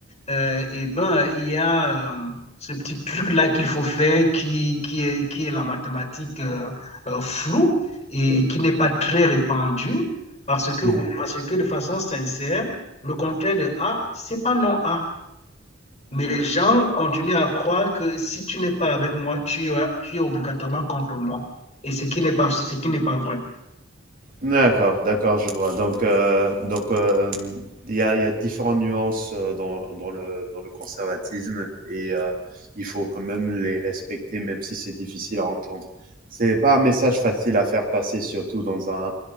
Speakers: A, on the left (about 35°); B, on the right (about 45°).
A: euh, et ben, il y a euh, ce petit truc-là qu'il faut faire qui, qui est, qui est la mathématique euh, euh, floue et qui n'est pas très répandue parce que,
B: Mmh
A: ou- parce que de façon sincère, le contraire de A, c'est pas non A. Mais les gens continuent à croire que si tu n'es pas avec moi, tu, es- tu es obligatoirement contre moi. Et ce qui n'est pas, ce qui n'est pas vrai.
B: D'accord, d'accord, je vois. Donc, euh, donc, euh, il y a, il y a différentes nuances euh, dans, dans le, dans le conservatisme et euh, il faut quand même les respecter, même si c'est difficile à entendre. C'est pas un message facile à faire passer, surtout dans un,